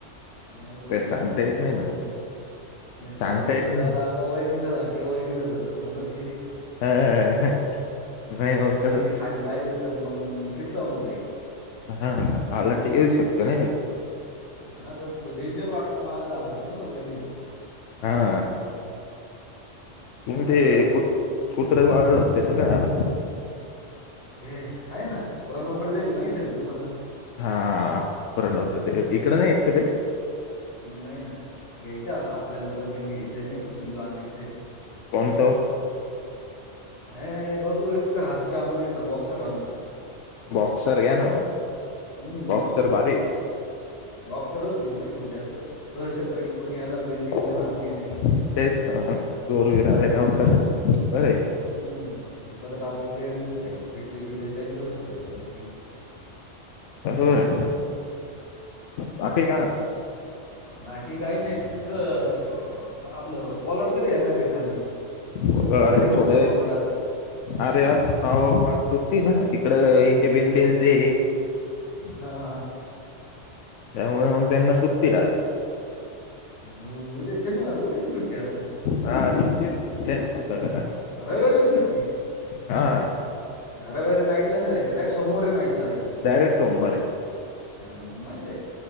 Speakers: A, on the left; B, on the left.
A: नई बोलून
B: काय सांगता
A: घ्यायचं ना,
B: येत
A: त्याला
B: नाही
A: भी नाही त्याला
B: सांगता
A: कसला
B: येत नाही
A: आता वहिनीचा धाख. ते वहीनी तर घर समोरच हे.
B: ना ह नाही मग
A: वहिनीने
B: कसच
A: खाली पाहिलं तर? मग किस्सा होऊन जाईल
B: हा हालाटी येऊ शकतो नाही का?
A: हा तस तो डेंजर वाटतो मला घाबरत न सल वहिणीला.
B: अ हा. तुम्ही
A: आपलं
B: ते कुत कुत्र पाळलं होत तेच काय झाल?
A: ते आहेय ना, प्रणवकडे जाईल माहिती आहे ना तुम्हाला
B: हा परण नव्हत इकडे नाही आहेत क ते?
A: नाही ना घ्यायच्या आता आपल्याला पण हे घ्यायचं नाही का पिलू आणायचंय.
B: कोणंत ओ.
A: अ बघू एकतर हासके आणू तर बॉक्सर आणू.
B: बॉक्सर घ्या ना.
A: हम्म
B: बॉक्सर भारी आहे
A: बॉक्सरच घेऊन नाही का म्हणजे असं दहशत राहील. कोणी येणार बिल्डिंग मध्ये
B: हा
A: कोणी नाही
B: तेच तर जोरवीर आलं काव कसं. बरं आहे
A: हम्म परत आपले चेअरमन साहेब पिटले बिटले त्यांच्यावर सोडायला का माई.
B: होय. बाकी काय महनता
A: बाकी काही नाही तुमचं आपलं पलट कधी येणार रे खाली.
B: वगळ
A: नाही,
B: आपडे
A: घरी कस
B: थोडे
A: काय पोलाड आज
B: अरे आज आव वाज सु. ते ना तिकड इंडिपेंडेन्स डे.
A: हा हा
B: त्यामुळे मग त्यांना सुट्टी आज.
A: हो उद्या शनिवार उद्या बी सुट्ट्या असल.
B: हा तीन दिवस हो आहे आपल्याकडं ना
A: रविवारी भी सुुट्टी.
B: हा
A: रवीवारी नाईट नाही जायचं डायरेक्ट सोमवारी ही नाईटला जायचं.
B: डायरेक्ट सोमवारी
A: मग माझ आहे